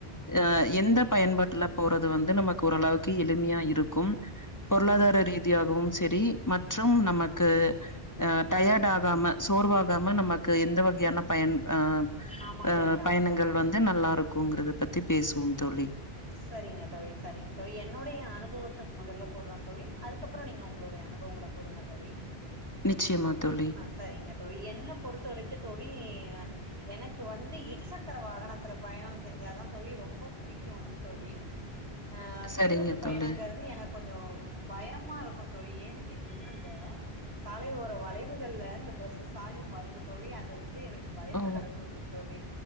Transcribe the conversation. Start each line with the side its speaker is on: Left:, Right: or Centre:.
Right: ம்
Left: ஆ எந்த பயன்பாட்டுல போறது வந்து நமக்கு ஓரளவுக்கு எளிமையா இருக்கும் பொருளாதார
Right: ம்
Left: ரீதியாகவும் செரி மற்றும் நமக்கு
Right: ம்
Left: அ டயர்ட் ஆகாம சோர்வாகாம நமக்கு எந்த வகையான பயன் அ
Right: ஆமா
Left: அ
Right: தோழி ஆமா
Left: பயணங்கள்
Right: தோழி
Left: வந்து நல்லா இருக்கும்ங்கறத பத்தி பேசுவோம் தோழி
Right: சரிங்க தோழி சரிங்க தோழி என்னோடைய அனுபவத்த மொதல்ல கூறே தோழி அதுக்கப்புறோ நீங்க உங்ளுடைய அனுபவங்கள கூறுங்க தோழி
Left: நிச்சயமா தோழி
Right: அ சரிங்க தோழி என்ன பொறுத்த வரைக்கு தோழி எனக்கு வந்து இருசக்கர வாகனத்துல பயணோ செஞ்சாதா தோழி ரொம்ப புடிக் கு வந்து தோழி ஆ
Left: சரிங்க
Right: பேருந்து பயணங்றது
Left: தோழி.
Right: எனக் கொஞ்சோ பயமாருக்கு தோழி ஏன்னு கேட்டீங்ன்னா இந்த சாலை ஓர வளைவுகள்ல இந்த பஸ்சு சாயு பாருங்க தோழி அது வந்து எனக் பயத்த
Left: ஓ
Right: கெளப்பிவிட்ரு தோழி